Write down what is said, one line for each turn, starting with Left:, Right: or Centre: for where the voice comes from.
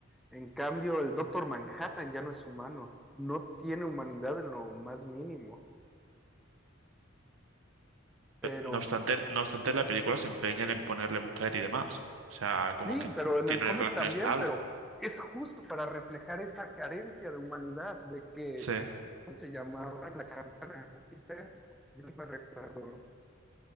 Centre: En cambio, el Doctor Manhattan ya no es humano, no tiene humanidad en lo más mínimo, pero
Right: Eh, No obstante, no obstante, la película se empeñan en ponerle mujer y demás, o sea, como
Centre: sí,
Right: que
Centre: pero en
Right: tiene
Centre: el cómic
Right: una relación
Centre: también,
Right: estable.
Centre: pero es justo para reflejar esa carencia de humanidad, de que,
Right: Sí,
Centre: ¿cómo se llamaba la campana de Júpiter? no, Yo no me recuerdo.